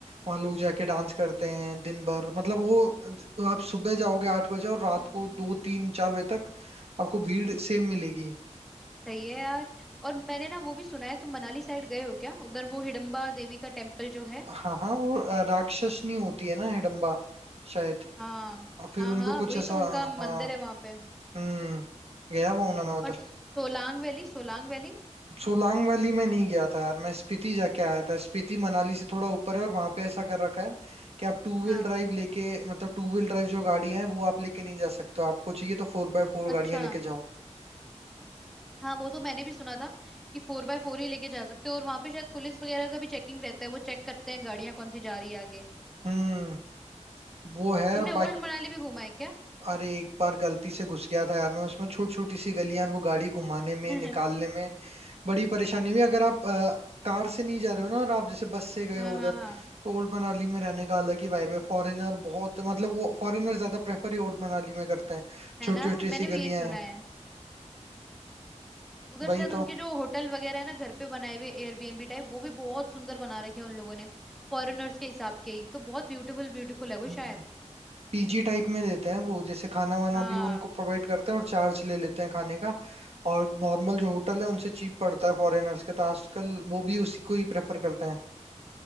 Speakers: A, on the right; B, in the centre.
A: वहां लोग जाके डांस करते हैं दिन भर मतलब वो आप सुबह जाओगे आठ बजे और रात
B: हम्म
A: को
B: हम्म हम्म
A: दो तीन चार बजे तक आपको भीड़ सेम मिलेगी
B: सही है यार और मैंने ना वो भी सुना है तुम मनाली साइड गए हो क्या उधर वो हिडम्बा देवी का टेम्पल जो है
A: हाँ हाँ वो अ, राक्षसनी होती है ना हिडम्बा शायद
B: हाँ
A: और फिर
B: हाँ
A: उनको
B: हाँ
A: कुछ
B: वही
A: ऐसा
B: तो उनका मंदिर
A: हाँ
B: है वहां पे
A: हम्म गया हुआ हूं ना मैं उधर
B: और सोलांग वैली सोलांग वैली
A: सोलांग वैली में नहीं गया था यार मैं स्पीति जाके आया था स्पीति मनाली से थोड़ा ऊपर है और वहां पे ऐसा कर रखा है कि आप टू
B: हाँ
A: व्हील ड्राइव लेके मतलब टू व्हील ड्राइव जो गाड़ियां हैं वो आप लेके नहीं जा सकते हो। आपको चाहिए तो फोर बाय फोर गाड़ियां
B: अच्छा
A: लेके जाओ
B: हाँ वो तो मैंने भी सुना था कि फोर बाय फोर ही लेके जा सकते हो और वहां पे शायद पुलिस वगैरह का भी चेकिंग रहता है वो चेक करते हैं गाड़ियां कौन सी जा रही है आगे
A: हम्म वो है
B: तुमने
A: और बाकी
B: ओल्ड मनाली भी घूमा है क्या
A: अरे एक बार गलती से घुस गया था यार मैं उसमें छोटी छोटी सी गलियां और वो गाड़ी घुमाने में
B: <laughs>
A: निकालने
B: हाँ
A: में बड़ी परेशानी हुई अगर आप अ, कार से नहीं जा रहे हो ना और आप जैसे बस से गए
B: हाँ
A: हो उधर
B: हाँ
A: तो ओल्ड मनाली में रहने का अलग ही वाइब है फॉरेनर बहुत मतलब वो फॉरेनर ज्यादा प्रेफर ही ओल्ड मनाली में करते हैं
B: है
A: छोटी
B: ना
A: छोटी
B: मैंने
A: सी
B: भी
A: गलियां
B: यही सुना
A: हैं
B: है उधर
A: भाई
B: शायद उनके
A: तो
B: जो होटल वगैरह है ना घर पे बनाए हुए एयरबीएनबी टाइप वो भी बहुत सुंदर बना रखे हैं उन लोगों ने फॉरेनर्स के हिसाब के ही तो बहुत ब्यूटीफुल ब्यूटीफुल है वो
A: हम्म।
B: शायद
A: पीजी टाइप में देते हैं वो जैसे खाना वाना
B: हाँ
A: भी वो उनको प्रोवाइड करते हैं और चार्ज ले लेते हैं खाने का और नॉर्मल जो होटल है उनसे चीप पड़ता है फॉरेनर्स के तो आजकल वो भी उसी को ही प्रेफर करते हैं